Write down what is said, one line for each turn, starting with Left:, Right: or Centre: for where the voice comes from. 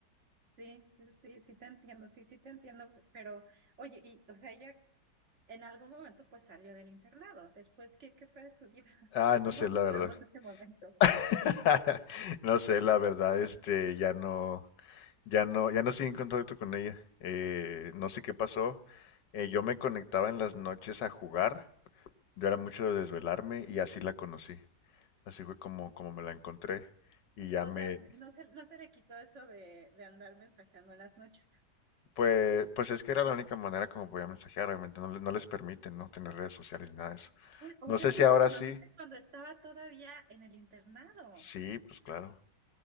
Right: sí, sí, sí, sí te entiendo, sí, sí te entiendo, pero, oye, y, o sea, ella en algún momento pues salió del internado. Después, ¿qué, qué fue de su vida? <laughs>
Left: Ah, no
Right: ¿Cómo
Left: sé
Right: superamos
Left: la verdad.
Right: ese momento?
Left: <laughs> No sé la verdad, este, ya no, ya no, ya no sigo en contacto con ella. Eh, no sé qué pasó. Eh, yo me conectaba en las noches a jugar. Yo era mucho de desvelarme y así la conocí. Así fue como, como me la encontré y ya
Right: O
Left: me,
Right: sea, no se, no se le quitó eso de, de andar mensajeando en las noches.
Left: Pues, pues es que era la única manera como podía mensajear, obviamente no, le- no les permiten no tener redes sociales ni nada de eso.
Right: Uy, O
Left: No
Right: sea,
Left: sé
Right: tú
Left: si ahora
Right: la conociste
Left: sí.
Right: cuando estaba todavía en el internado.
Left: Sí, pues claro.